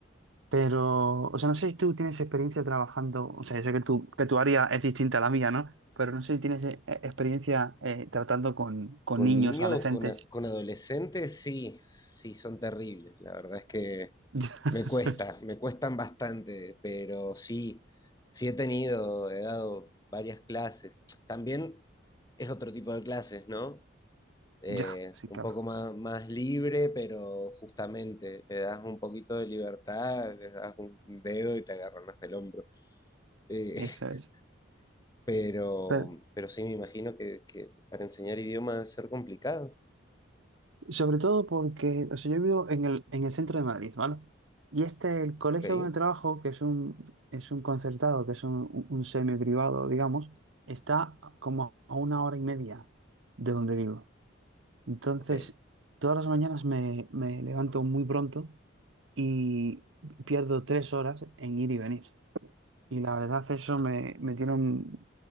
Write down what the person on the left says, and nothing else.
¿Con
niños?
¿Con, a- con adolescentes? Sí, sí, son terribles. La verdad es que
Me cuesta, me cuestan bastante, pero sí, sí he tenido, he dado varias clases. También es otro tipo de clases, ¿no? Eh,
un
poco más, más libre, pero justamente le das un poquito de libertad, le das un dedo y te agarran hasta el hombro. Eh,
<laughs> pero,
pero sí me imagino que, que para enseñar idioma debe ser complicado.
Ok,
ok,